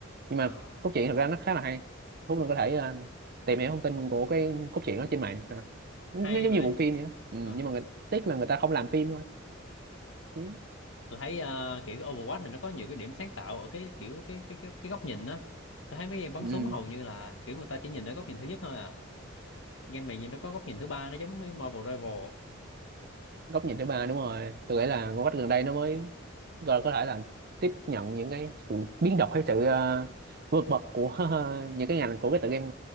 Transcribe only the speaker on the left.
ờ
hay
vậy
ờ
tôi thấy ờ, kiểu cái Overwatch này nó có nhiều cái điểm sáng tạo ở cái kiểu cái cái cái, cái góc nhìn á tôi thấy mấy game bắn
súng hầu như là kiểu người ta chỉ nhìn ở góc nhìn thứ nhất thôi à game này nhìn nó có góc nhìn thứ ba nó giống mấy Marvel Rival
à,